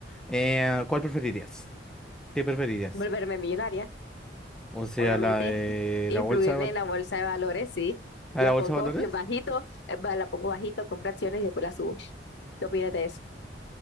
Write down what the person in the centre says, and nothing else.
Eh, ¿cuál preferirías? ¿Qué preferirías?
O sea,
la de
la bolsa de valores.
¿A
la bolsa
de valores?